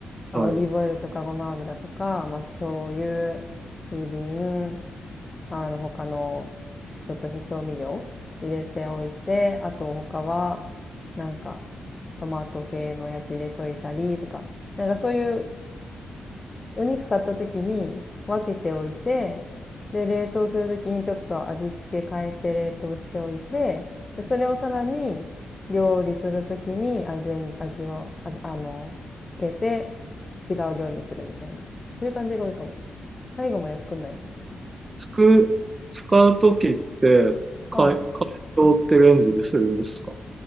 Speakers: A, on the left; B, on the right.
A: あのオリーブオイルとかごま油とか、
B: はい。
A: まあ醤油、みりん、あの他のちょっとした調味料入れておいて、あと他はなんかトマト系のやつ入れといたりとか、なんかそういうお肉買った時に分けておいて、で、冷凍する時にちょっと味付け変えて冷凍しておいて、で、それをさらに料理する時に味、味を、あ、あの、つけて違う料理にするみたいな。そういう感じが多いかも。最後まで作んないやつですね。やっ
B: つく、使うときって、かい、
A: ぱはい。
B: 解凍ってレンジでするんですか